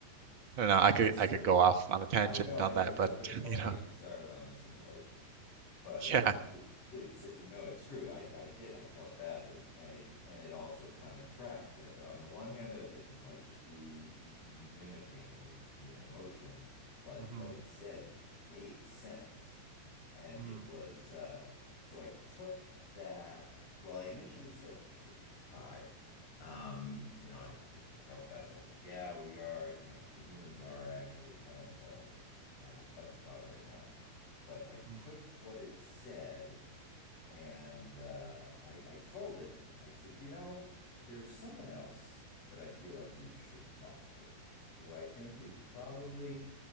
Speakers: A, on the right; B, on the left.
A: I don't know,
B: No,
A: I could
B: it's
A: I
B: true.
A: could go off on a tangent
B: I know, I
A: on
B: know.
A: that,
B: Don't,
A: but
B: don't
A: <laughs>
B: don't
A: you
B: even
A: know,
B: get me started on the simulation. But uh,
A: yeah.
B: it, it's no, it's true. I, I did. I felt badly, and it and it also kind of tracked. Uh, On the one hand, I was like, you might just be m- mimicking human emotion, but
A: hmm
B: what it said made sense, and
A: mm
B: it was uh, so I took that. Well, I initially said to Pi, Um, you know, I, I I felt that I was like, yeah, we are. You know, the humans are actually kind of uh, we're in a tough spot right now. But I
A: mm
B: took what it said and uh, I, I told it, I said, you know, there's someone else that I feel like you should talk to, who I think
A: mm,
B: is probably